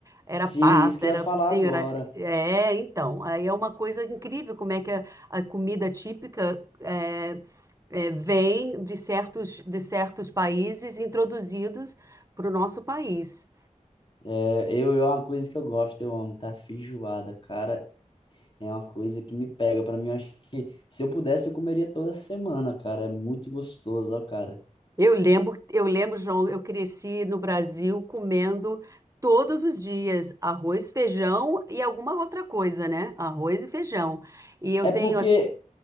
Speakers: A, on the right; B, on the left.
A: Era
B: Sim,
A: pata,
B: isso que
A: era
B: eu ia falar
A: focinho,
B: agora.
A: era. É, então. Aí é uma coisa incrível como é que a, a comida típica é, é, vem de certos, de certos países introduzidos para o nosso país.
B: É, eu, eu é uma coisa que eu gosto, eu amo, tá? Feijoada, cara, é uma coisa que me pega. Pra mim, eu acho que se eu pudesse, eu comeria toda semana, cara. É muito gostoso, ó, cara.
A: Eu lembro, eu lembro, João, eu cresci no Brasil comendo todos os dias arroz, feijão e alguma outra coisa, né? Arroz e feijão. E eu
B: É
A: tenho,
B: porque,
A: a-